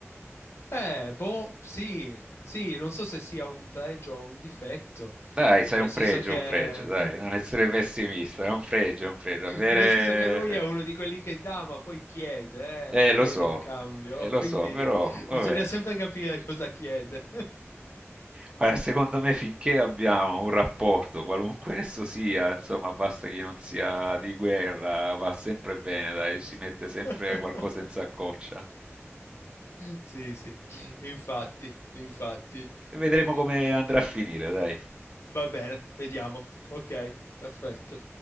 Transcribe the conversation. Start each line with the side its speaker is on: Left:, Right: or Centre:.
Left: Eh, boh, sì, sì, non so se sia un pregio o un difetto,
Right: Dai, sai,
Left: nel
Right: un
Left: senso
Right: pregio,
Left: che...
Right: un pregio, dai,
Left: <laughs>
Right: non essere pessimista, è un pregio, è un pregio. Avere...
Left: nel senso che lui è uno di quelli che dà, ma poi chiede,
Right: Eh,
Left: eh, chiede
Right: lo so,
Left: in cambio,
Right: eh, lo
Left: quindi
Right: so, però
Left: <laughs>
Right: va
Left: bisogna
Right: bene.
Left: sempre capire cosa chiede.
Right: Guarda, secondo me finché abbiamo un rapporto, qualunque esso sia, insomma, basta che non sia di guerra, va sempre bene, dai, si mette sempre
Left: <laughs>
Right: qualcosa in saccoccia.
Left: Sì, sì, infatti, infatti.
Right: E Vedremo
Left: Mm,
Right: come andrà a finire, dai.
Left: Va bene, vediamo. Ok, perfetto.